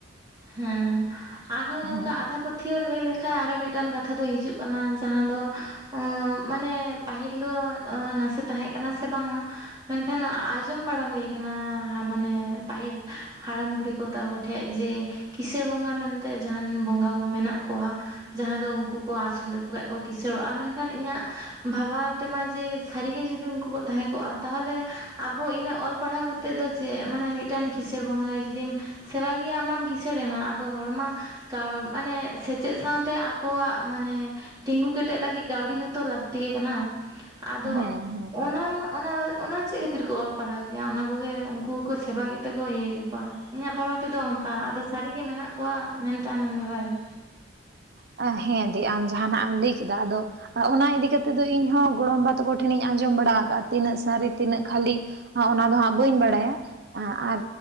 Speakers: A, on the right; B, on the right.
A: ᱦᱩᱸ, ᱟᱨᱦᱚᱸ ᱱᱚᱝᱠᱟ
B: ᱦᱮᱸ
A: 'ᱟᱫᱷᱟ- -ᱯᱟᱹᱛᱷᱭᱟᱹᱣ' ᱞᱟᱹᱭ ᱞᱮᱠᱷᱟ ᱟᱨᱚ ᱢᱤᱜᱴᱟᱱ ᱠᱟᱛᱷᱟ ᱫᱚ ᱦᱤᱡᱩᱜ ᱠᱟᱱᱟ᱾ ᱡᱟᱦᱟᱸ ᱫᱚ ᱚᱸ ᱢᱟᱱᱮ ᱯᱟᱦᱤᱞ ᱫᱚ ᱚᱸ ᱱᱟᱥᱮ ᱛᱟᱦᱮᱸ ᱠᱟᱱᱟ ᱥᱮ ᱵᱟᱝᱟ! ᱢᱮᱱᱠᱷᱟᱱ ᱟᱸᱡᱚᱢ ᱵᱟᱲᱟ ᱦᱩᱭ ᱠᱟᱱᱟ᱾ ᱦᱟ ᱢᱟᱱᱮ ᱯᱟᱹᱦᱤᱞ ᱦᱟᱲᱟᱢ, ᱵᱩᱲᱦᱤ ᱠᱚ ᱛᱟ ᱠᱚᱴᱷᱮᱡ ᱡᱮ 'ᱠᱤᱥᱟᱹᱨ ᱵᱚᱸᱜᱟ' ᱢᱮᱱᱛᱮ ᱡᱟᱦᱟᱱ ᱵᱚᱸᱜᱟᱣᱚᱢ ᱢᱮᱱᱟᱜ ᱠᱚᱣᱟ᱾ ᱡᱟᱦᱟᱸ ᱫᱚ ᱩᱝᱠᱩ ᱠᱚ, ᱟᱥᱩᱞ ᱞᱮᱠᱚ ᱠᱷᱟᱡ ᱠᱚ ᱠᱤᱥᱟᱹᱲᱚᱜᱼᱟ᱾ ᱢᱮᱱᱠᱷᱟᱱ ᱤᱧᱟᱜ ᱵᱷᱟᱵᱟ ᱛᱮᱢᱟ ᱡᱮ ᱥᱟᱹᱨᱤᱜᱮ ᱡᱩᱫᱤ ᱩᱝᱠᱩ ᱠᱚ ᱛᱟᱦᱮᱸ ᱠᱚᱜᱼᱟ, ᱛᱟᱦᱚᱞᱮ ᱟᱵᱚ ᱤᱱᱟᱹᱜ ᱚᱞ ᱯᱟᱲᱦᱟᱣ ᱠᱟᱛ ᱛᱮ ᱫᱚ ᱪᱮᱜ ᱢᱟᱱᱮ ᱢᱤᱜᱴᱟᱱ 'ᱠᱤᱥᱟᱹᱲ ᱵᱚᱸᱜᱟ' ᱜᱮ ᱡᱩᱫᱤᱢ ᱥᱮᱵᱟ ᱠᱮᱭᱟ ᱟᱢ ᱢᱟᱢ ᱠᱤᱥᱟᱹᱨᱮᱱᱟ᱾ ᱟᱫᱚ ᱦᱚᱲᱢᱟ ᱠᱟᱣ ᱢᱟᱱᱮ ᱥᱮᱪᱮᱜ ᱥᱟᱶᱛᱮ ᱟᱠᱚᱣᱟᱜ ᱢᱟᱱᱮ ᱛᱤᱸᱜᱩ ᱠᱮᱴᱮᱡ ᱞᱟᱹᱜᱤᱜ ᱠᱟᱹᱣᱰᱤ ᱦᱚᱸᱛᱚ ᱞᱟᱹᱠᱛᱤ ᱜᱮ ᱠᱟᱱᱟᱻ᱾ ᱟᱫᱚ
B: ᱦᱮᱸ ᱦᱮᱸ
A: ᱚᱱᱟ ᱢᱟ, ᱚᱱᱟ ᱚᱱᱟ ᱪᱮᱜ ᱠᱟᱹᱛᱤᱨ ᱠᱚ ᱚᱞ ᱯᱟᱲᱦᱟᱣ ᱠᱮᱭᱟ, ᱚᱱᱟ ᱠᱚᱜᱮ ᱩᱝᱠᱩ ᱠᱚ, ᱥᱮᱵᱟ ᱠᱮᱛᱮ ᱠᱚ ᱤᱭᱟᱹ ᱠᱮᱠᱚᱣᱟ᱾ ᱤᱧᱟᱹᱜ ᱵᱟᱵᱟ ᱛᱮᱫᱚ ᱚᱝᱠᱟ ᱟᱫᱚ ᱥᱟᱹᱨᱤ ᱜᱮ ᱢᱮᱱᱟᱜ ᱠᱚᱣᱟ, ᱢᱮᱱᱛᱮ ᱟᱢᱮᱢ ᱵᱷᱟᱵᱟᱭᱮᱫᱟ?
B: ᱟ ᱦᱮᱸ ᱫᱤ, ᱟᱢ ᱡᱟᱦᱟ ᱱᱷᱟᱜ ᱮᱢ ᱞᱟᱹᱭ ᱠᱮᱫᱟ, ᱟᱫᱚ ᱟ ᱚᱱᱟ ᱤᱫᱤ ᱠᱟᱛᱮᱜ ᱫᱚ ᱤᱧ ᱦᱚᱸ ᱜᱚᱲᱚᱢ ᱵᱟ ᱛᱟᱠᱚ ᱴᱷᱮᱱᱤᱧ ᱟᱸᱡᱚᱢ ᱵᱟᱲᱟ ᱟᱠᱟᱜᱼᱟ ᱛᱤᱱᱟᱹᱜ ᱥᱟᱨᱤ, ᱛᱤᱱᱟᱹᱜ ᱠᱷᱟᱹᱞᱤ! ᱦᱚ ᱚᱱᱟ ᱫᱚ ᱦᱟᱸᱜ ᱵᱟᱹᱧ ᱵᱟᱲᱟᱭᱟ ᱾ ᱟ ᱟᱨ